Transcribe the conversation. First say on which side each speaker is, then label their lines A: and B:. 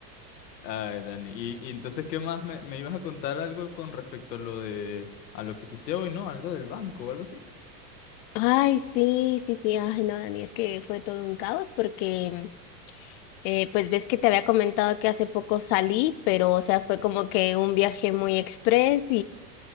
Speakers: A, on the left; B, on the left.
A: Ay, Dani. Y, y entonces, ¿qué más? Me, me ibas a contar algo con respecto a lo de, a lo que hiciste hoy, ¿no? Algo del banco o algo así.
B: Ay, sí, sí, sí, ay, no, Dani, es que fue todo un caos porque, eh, pues ves que te había comentado que hace poco salí, pero, o sea, fue como que un viaje muy express